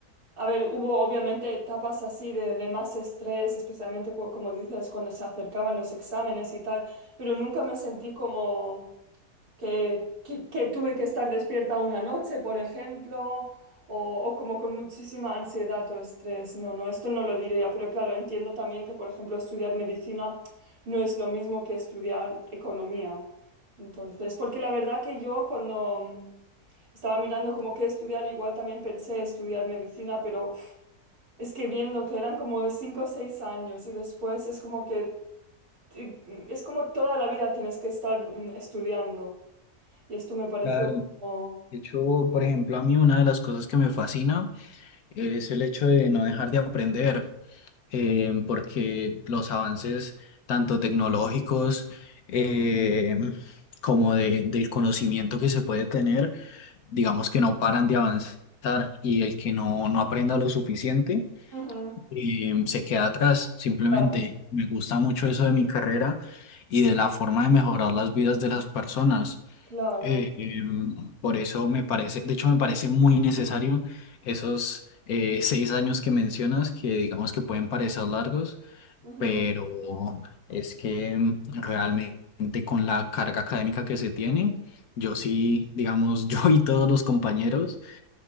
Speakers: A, on the right; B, on the left.
A: a ver, hubo obviamente etapas así de, de más estrés, especialmente co- como dices, cuando se acercaban los exámenes y tal, pero nunca me sentí como que, que- que tuve que estar despierta una noche, por ejemplo, o, o como con muchísima ansiedad o estrés. No, no, esto no lo diría, pero claro, entiendo también que, por ejemplo, estudiar medicina no es lo mismo que estudiar economía. Entonces, porque la verdad que yo cuando mm, estaba mirando como que estudiar, igual también pensé estudiar medicina, pero uf, es que viendo que eran como cinco o seis años y después es como que... te- Es como toda la vida tienes que estar mm, estudiando. Y esto me pareció
B: claro.
A: como...
B: De hecho, por ejemplo, a mí una de las cosas que me fascina es el hecho de no dejar de aprender. eh, porque los avances tanto tecnológicos eh, como de- del conocimiento que se puede tener, digamos que no paran de avanzar y el que no, no aprenda lo suficiente
A: Ujú,
B: eh, se queda atrás. Simplemente
A: claro,
B: me gusta mucho eso de mi carrera y de la forma de mejorar las vidas de las personas.
A: claro,
B: Eh, em, por eso me parece, de hecho me parece muy necesario esos eh, seis años que mencionas, que digamos que pueden parecer largos,
A: ujú,
B: pero es que mm, realmente con la carga académica que se tiene, yo sí, digamos, <laughs> yo y todos los compañeros,